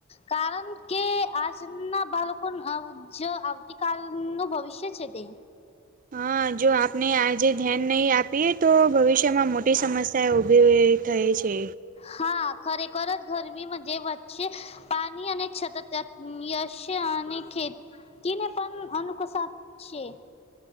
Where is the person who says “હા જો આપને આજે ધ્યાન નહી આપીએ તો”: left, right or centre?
Right